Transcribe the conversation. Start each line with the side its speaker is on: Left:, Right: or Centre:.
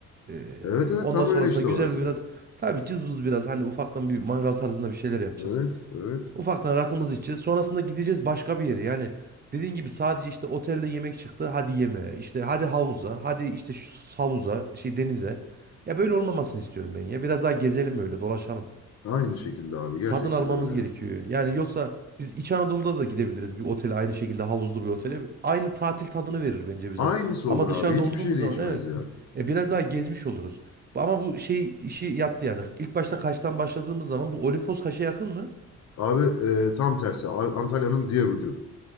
Right: Ee,
Left: Evet evet
Right: ondan
Left: tam
Right: sonrasında
Left: öyle işte
Right: güzel
Left: orası.
Right: bir biraz tabii cızbız biraz hani ufaktan bir mangal tarzında bir şeyler yapacağız.
Left: Evet, evet.
Right: Ufaktan rakımızı içeceğiz. Sonrasında gideceğiz başka bir yere. Yani dediğin gibi sadece işte otelde yemek çıktı. Hadi yemeğe. işte hadi havuza. Hadi işte şu havuza, şey denize. Ya böyle olmamasını istiyorum ben ya. Biraz daha gezelim öyle, dolaşalım
Left: Aynı şekilde abi. Gerçekten
Right: tadını almamız
Left: öyle ya.
Right: gerekiyor. Yani yoksa biz İç Anadolu'da da gidebiliriz bir otele aynı şekilde havuzlu bir otele. Aynı tatil tadını verir bence bize.
Left: Aynısı
Right: Ama
Left: olur
Right: dışarıda
Left: abi. Hiçbir
Right: olduğumuz
Left: şey değişmez
Right: zaman evet
Left: ya.
Right: e, biraz daha gezmiş oluruz. Ama bu şey işi yattı yani. İlk başta Kaş'tan başladığımız zaman bu Olimpos Kaş'a yakın mı?
Left: Abi e, tam tersi. A- Antalya'nın diğer ucu.